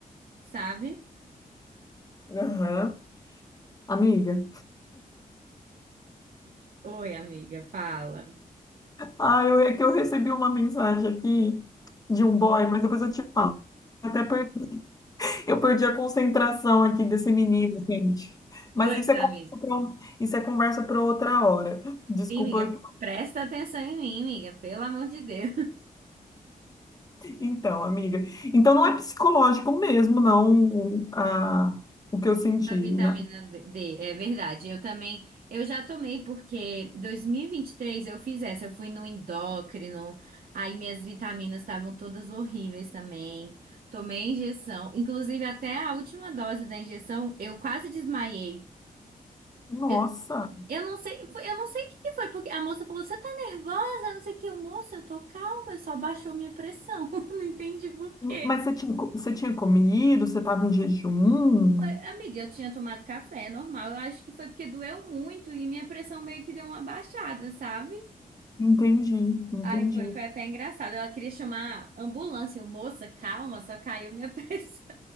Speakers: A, on the right (about 70°); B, on the left (about 25°).
A: sabe?
B: Aham. Amiga.
A: Oi, amiga, fala.
B: Ah, eu, é que eu recebi uma mensagem aqui de um boy, mas depois eu te falo. Eu Até perdi, eu perdi a concentração aqui desse menino, gente. Mas
A: Putz,
B: isso é
A: amiga.
B: conversa para isso é conversa para outra hora. Desculpa.
A: Sim, amiga, presta atenção em mim, amiga, pelo amor de Deus.
B: Então, amiga. Então não é psicológico mesmo, não, o- a, o que eu senti.
A: A vitamina
B: na-
A: B- D, é verdade. Eu também, eu já tomei porque 2023 eu fiz essa, eu fui no endócrino, aí minhas vitaminas estavam todas horríveis também. Tomei a injeção, inclusive até a última dose da injeção, eu quase desmaiei.
B: Nossa.
A: Eu, eu não sei, foi- eu não sei o que que foi, porque a moça falou: "Você tá nervosa?" Não sei o que, eu, moça, eu tô calma, eu só baixou minha pressão. <laughs> Não entendi por quê.
B: Mas você tinha, co- você tinha comido? Você estava em jejum?
A: Amiga, eu tinha tomado café, é normal. Eu acho que foi porque doeu muito e minha pressão meio que deu uma baixada, sabe?
B: Entendi, entendi.
A: Aí foi, foi até engraçado. Ela queria chamar a ambulância. Eu, moça, calma, só caiu minha <laughs> pressão.